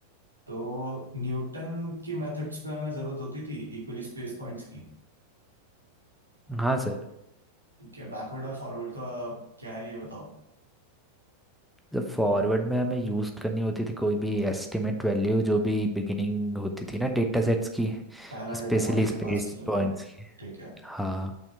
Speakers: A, on the right; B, in the centre.
A: तो न्यूटन की मेथड्स पे हमें जरूरत होती थी इक्वली स्पेस पॉइंट्स की
B: हाँ सर
A: ठीक है बैकवर्ड और फॉरवर्ड का क्या है ये बताओ
B: जब फॉरवर्ड में हमें यूज़ करनी होती थी कोई भी एस्टिमेट वैल्यू जो भी बिगिनिंग होती थी ना डेटा सेट्स की
A: पहला डेटा
B: स्पेशली
A: पॉइंट
B: स्पेस
A: के पास किलो
B: पॉइंट्स
A: लेते थे
B: की
A: ठीक है
B: हाँ